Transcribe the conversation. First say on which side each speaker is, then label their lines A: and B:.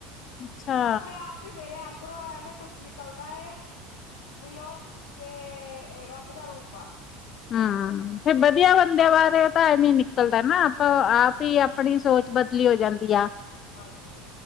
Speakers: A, on the left; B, on the left.
A: ਅੱਛਾ
B: ਆਪਣੇ ਆਪ ਈ ਮੇਰੇ ਅੰਦਰੋਂ ਐਵੇਂ ਕੁੱਛ ਨਿਕਲਦਾ ਏ ਦਿਲੋ ਕੇ ਰੱਬ ਦਾ ਰੂਪ ਆ।
A: ਹੂੰ, ਫਿਰ ਬਧੀਆ ਬੰਦੇ ਬਾਰੇ ਤਾਂ ਐਵੇ ਨਿਕਲ ਨਿਕਲਦਾ ਨਾ ਆਪਾਂ
B: ਹਾਂਜੀ
A: ਆਪ ਹੀ ਅਪਣੀ ਸੋਚ ਬਦਲੀ ਹੋ ਜਾਂਦੀ ਆ।
B: ਹਾਂਜੀ